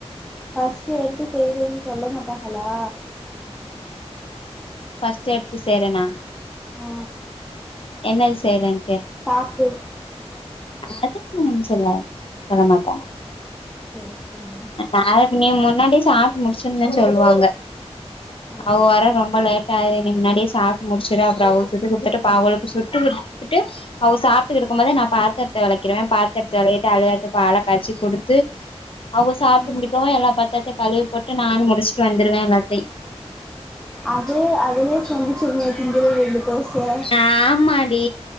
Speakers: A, in the centre; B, on the left.
A: ஃபஸ்ட் எடுத்து செய்றன்னு சொல்ல மாட்டாஹளா
B: ஃபஸ்ட் எடுத்து செய்றன்னா
A: அ
B: என்னது செய்றேன்ட்டு
A: சாப்ட்டு
B: அதுக்கு ஒன்னு சொல்ல சொல்ல மாட்டாங்க
A: சேர் சேரி
B: <unintelligible> நீ முன்னாடி சாப்ட்டு முடிச்சிருனு சொல்லுவாங்க
A: ஆ
B: அவ வர ரொம்ப லேட் டாகுது நீங்க முன்னாடியே சாப் முடிச்சிரு அப்பறோ அவு சுட்டுகுடுத்துட்டு பா அவங்களுக்கு சுட்டுகுடுத்துட்டு அவ சாப்ட்டுகிட்டு இருக்கும் போதே நா பாத்தரத்த வெளக்கீறுவ பாத்தரத்த வெளக்கிட்டு <unintelligible> பால காச்சி குடு த்து அவங்க சாப்ட்டு
A: ம்
B: முடிக்கவு எல்லா பத்தரத்தையு கழுவிபோட்டு நானு முடிச்சுட்டு வந்துருவ எல்லாத்தி
A: அது அதுலே சொன்னுச்சு நேத்து இங்க தா விழுந்துட்ட ச
B: ஆமா டி